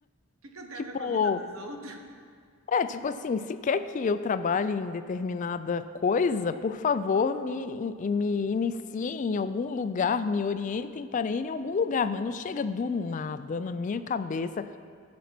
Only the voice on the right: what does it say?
O que que eu tenho
a ver com a vida dos outros?